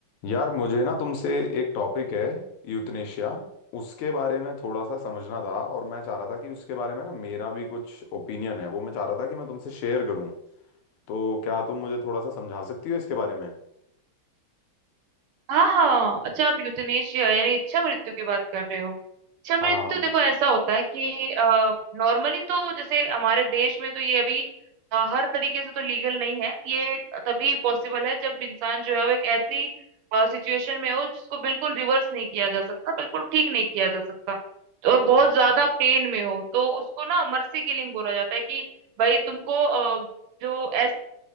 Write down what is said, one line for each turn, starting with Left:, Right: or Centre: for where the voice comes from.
Left: यार मुझे ना तुमसे एक टॉपिक है यूथनेशिया उसके बारे में थोड़ा सा समझना था और मैं चाह रहा था कि उसके बारे में ना मेरा भी कुछ ओपिनियन है वो मैं चाह रहा था कि मैं तुमसे शेयर करूं तो क्या तुम मुझे थोड़ा सा समझा सकती हो इसके बारे में
Right: हाँ हाँ अच्छा आप यूथनेशिया यानी इच्छा मृत्यु की बात कर रहे हो इच्छा मृत्यु
Left: हाँ हाँ हाँ
Right: देखो ऐसा होता है कि नॉर्मली तो जैसे हमारे देश में तो ये अभी अ, हर तरीके से तो लीगल नहीं है ये तभी पॉसिबल है जब इंसान जो है वो एक ऐसी सिचुएशन में हो जिसको बिल्कुल रिवर्स नहीं किया जा सकता बिल्कुल ठीक नहीं किया जा सकता तो और बहुत
Left: अच्छा
Right: ज्यादा पेन में हो तो उसको ना मर्सी किलिंग बोला जाता है कि भाई तुमको अ, जो ऐसे